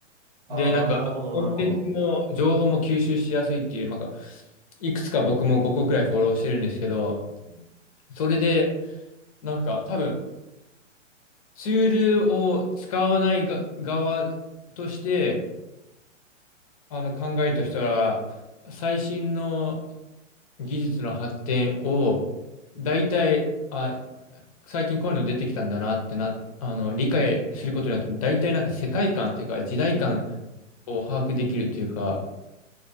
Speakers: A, on the right; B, on the left.
A: ああ、
B: で、なんか、
A: なるほど、
B: コンテンツも、
A: なるほど。
B: 情報も吸収しやすいっていう、なんか、いくつか僕も5個くらいフォローしてるんですけど、
A: うん。
B: それで、なんか、多分、ツールを使わないが側として、あの、考えとしたら、最新の、技術の発展を、大体、あ、最近こういうの出てきたんだなってな、あの、理解することによって、大体なんか世界観というか、時代感
A: うん
B: を把握できるというか、